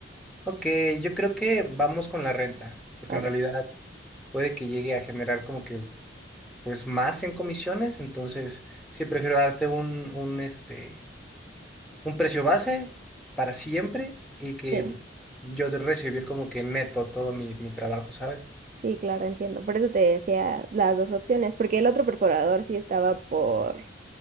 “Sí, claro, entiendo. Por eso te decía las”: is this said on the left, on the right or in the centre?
Right